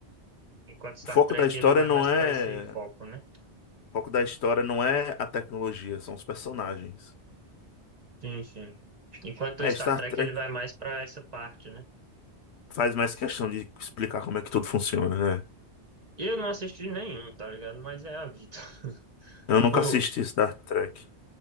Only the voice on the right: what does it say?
Enquanto Star
Trek
ele vai
mais
para esse foco,
né?
Sim, sim. Enquanto
o Star
Trek
ele vai mais para essa parte, né?
Eu não assisti nenhum, tá ligado? Mas é a vida. <laughs>
Pô,